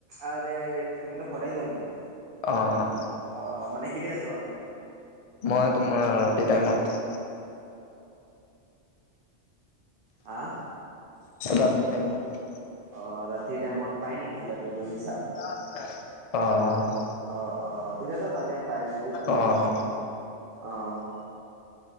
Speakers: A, on the right (about 50°); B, on the left (about 40°).
A: আৰে তুমি ত' সদাই যোৱা নেকি?
B: অ',
A: অ', মানে কেতিয়া যোৱা মানে
B: মই তোমাৰ ৰাতি টাইমত
A: হাঁ?
B: ৰাতি টাইমত
A: অ', ৰাতিৰ টাইমত পায় নেকি তাতে দহি চাহ?
B: অ', অ',
A: অ', অ', তেতিয়াতো ভালে পাই যদি ভালে।
B: অ'।
A: অ',